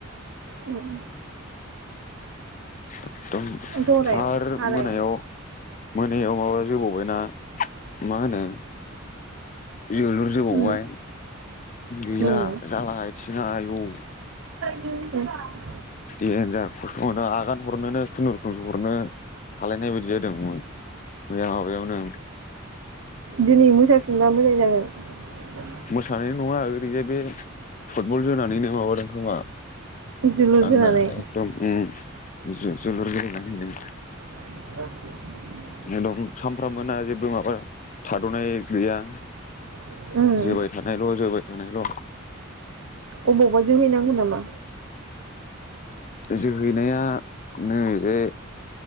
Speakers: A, on the right; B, on the left.
A: उम।
B: एकदम
A: जरायाव
B: आरो
A: हारायाव
B: मोनायाव मोनायाव माबा जोबावबायना मा होनो जोलुर जोबावबाय
A: उम
B: गैला
A: उम
B: जाला आइथिंङा आयौ।
A: <unintelligible>
B: देनजार खस्थ' मोनो आगान हरनोनो खुनुरुखुमसो हरनो हालायनाय बायदि जादों मै-मैया। बेयावनो।
A: दिनै मोसाफिनबा मोजां जागोन।
B: मोसानाय नङा ओरैहाय बे फुटबल जोनानैनो माबादों खोमा!
A: दुलुर
B: आंना
A: जानानै
B: एदम उम जोलुर गेलेला दिनै।
A: <inaudible>
B: एदम सानफ्रामबोना जेबो माबा थादनाय गैया
A: उम
B: जोबाय थानायल' जोबाय थानायल'
A: अबावबा जोहैनांगौ नामा?
B: जोहैनाया नै बे